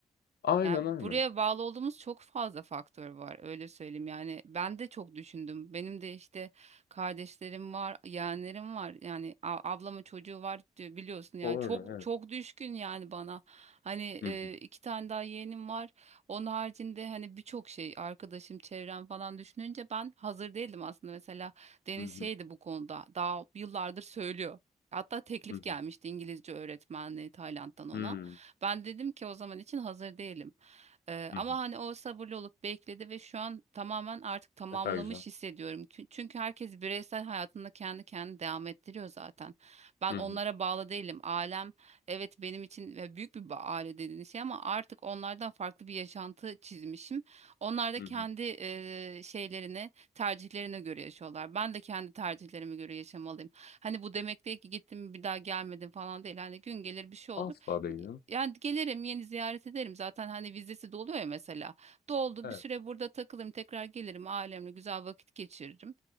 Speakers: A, on the left; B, on the right.
A: aynen,
B: Yani
A: aynen.
B: buraya bağlı olduğumuz çok fazla faktör var öyle söyleyeyim. Yani ben de çok düşündüm. Benim de işte kardeşlerim var, yeğenlerim var. Yani a- ablamın çocuğu var diyor, biliyorsun yani
A: Doğru,
B: çok
A: evet.
B: çok düşkün yani bana. Hani
A: Hı
B: e,
A: hı.
B: iki tane daha yeğenim var. Onun haricinde hani birçok şey arkadaşım, çevrem falan düşününce ben hazır değildim aslında. Mesela Deniz
A: Hı hı.
B: şeydi bu konuda daha yıllardır söylüyor. Hatta teklif
A: Hı hı.
B: gelmişti İngilizce öğretmenliği Tayland'dan ona.
A: Hımm.
B: Ben dedim ki o zaman için hazır değilim. Ee,
A: Hı
B: ama
A: hı.
B: hani o sabırlı olup bekledi ve şu an tamamen artık tamamlamış
A: Ne kadar güzel.
B: hissediyorum. Kü- Çünkü herkes bireysel hayatında kendi kendini devam ettiriyor zaten. Ben
A: Hı
B: onlara
A: hı.
B: bağlı değilim. Ailem evet benim için ve büyük bir ba- aile dediğiniz şey ama artık onlardan farklı bir yaşantı çizmişim. Onlar da
A: Hı
B: kendi
A: hı.
B: e, şeylerini, tercihlerine göre yaşıyorlar. Ben de kendi tercihlerime göre yaşamalıyım. Hani bu demek değil ki gittim bir daha gelmedim falan değil. Hani gün gelir bir şey olur.
A: Asla değilim.
B: Yani gelirim yeni ziyaret ederim zaten hani vizesi doluyor ya mesela doldu
A: Evet.
B: bir süre burada takılırım tekrar gelirim ailemle güzel vakit geçiririm